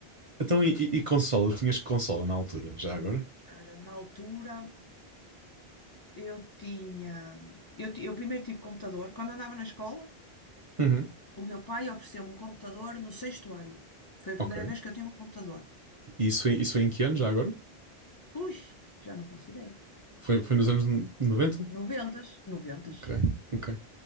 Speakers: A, on the right; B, on the left.
A: Então, e, e e consola? Tinhas consola na altura, já agora?
B: Olha, na altura eu tinha, eu, ti- eu primeiro tive computador, quando andava na escola,
A: Uhum.
B: o meu pai ofereceu-me um computador no sexto ano. Foi a
A: Ok.
B: primeira vez que eu tive um computador.
A: E isso foi, isso foi em que ano, já agora?
B: Ui, já não faço ideia.
A: Foi, foi nos anos noventa
B: Noventas, noventas.
A: Ok,
B: Bom,
A: ok.